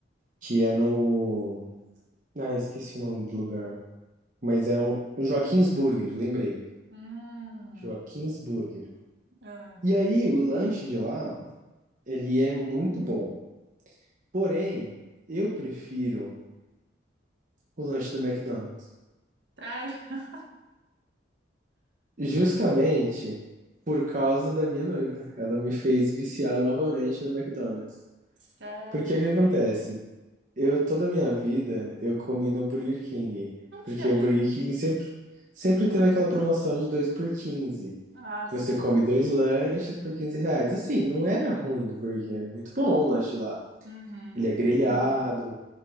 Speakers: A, on the right (about 40°); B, on the right (about 70°).
A: Que é no. Ah, esqueci o nome do lugar. Mas é um. Joaquinsburger, lembrei.
B: hum,
A: Joaquinsburger.
B: ah,
A: E aí, o lanche de lá, ele é muito bom. Porém, eu prefiro o lanche do McDonald's.
B: sério? <laughs>
A: Justamente por causa da minha noiva. Ela me fez viciar novamente no McDonald's.
B: Sério?
A: Porque o que acontece? Eu, toda a minha vida, eu comi no Burger King.
B: Por
A: Porque
B: quê?
A: o Burger King sempre, sempre teve aquela promoção de dois por quinze
B: Ah,
A: Que
B: sim.
A: você come dois lanches por 15 reais. Assim, não era ruim do Burger King. É muito bom o lanche lá.
B: Uhum,
A: Ele é grelhado,